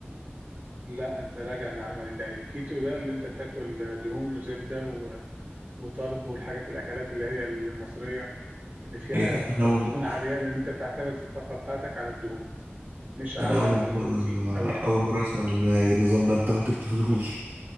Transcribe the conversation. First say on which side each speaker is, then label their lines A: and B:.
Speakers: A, on the right (about 35°); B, on the right (about 65°).
A: لا انت راجع المعلومه دي تاني الكيتو ده اللي انت بتاكل دهون وزبده وطرب والحاجات الاكلات اللي هي المصريه اللي فيها
B: إيه ده أنا أول
A: دهون عاليه لان انت بتعتمد في الطاقه بتاعتك على الدهون مش على
B: أنا أول
A: البروتين
B: مرة
A: قوي يعني
B: أول مرة أسمع عن النظام ده أنت ممكن تقوله لي